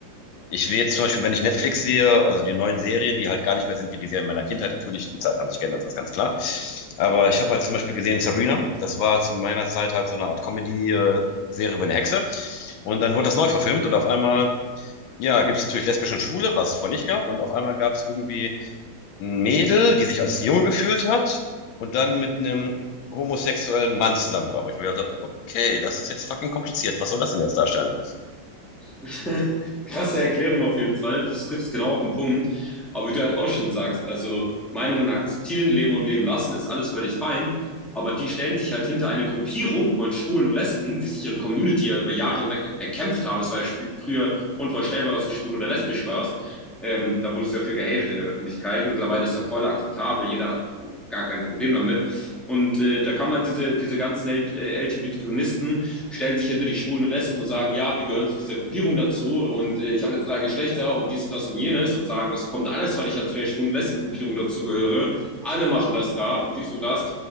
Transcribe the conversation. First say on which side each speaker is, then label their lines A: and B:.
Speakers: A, on the left (about 80°); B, in the centre.
A: ich will jetzt zum Beispiel, wenn ich Netflix sehe, also die neuen Serien, die halt gar nicht mehr sind wie die Serien meiner Kindheit, natürlich, die Zeiten haben sich geändert, das ist ganz klar. Aber ich habe halt zum Beispiel gesehen Sabrina, das war zu meiner Zeit halt so eine Art Comedy-Serie über eine Hexe. Und dann wurde das neu verfilmt und auf einmal, ja, gibt es natürlich lesbische und Schwule, was es vorher nicht gab. Und auf einmal gab es irgendwie ein Mädel, die sich als Junge gefühlt hat und dann mit einem homosexuellen Mann zusammen war. Wo ich mir gedacht habe, okay, das ist jetzt fucking kompliziert. Was soll das denn jetzt darstellen?
B: <laughs> Krasse Erklärung auf jeden Fall. Das trifft es genau auf den Punkt. Aber wie du halt auch schon sagst, also Meinungen akzeptieren, leben und leben lassen, ist alles völlig fein. Aber die stellen sich halt hinter eine Gruppierung von Schwulen und Lesben, die sich ihre Community ja über Jahre hinweg erkämpft haben. Es war ja früher unvorstellbar, dass du schwul oder lesbisch warst. Ähm, da wurde es ja für gehatet in der Öffentlichkeit. Mittlerweile ist ja voll akzeptabel. Jeder hat gar kein Problem damit. Und äh, da kann man halt diese, diese ganzen LGBTQisten stellen sich hinter die schwulen und Lesben und sagen, ja, wir gehören zu dieser Gruppierung dazu und äh, ich habe jetzt drei Geschlechter und dies und das und jenes und sagen, das kommt alles, weil ich ja zu der schwulen und Lesben-Gruppierung dazugehöre. Alle machen das da und dies und das.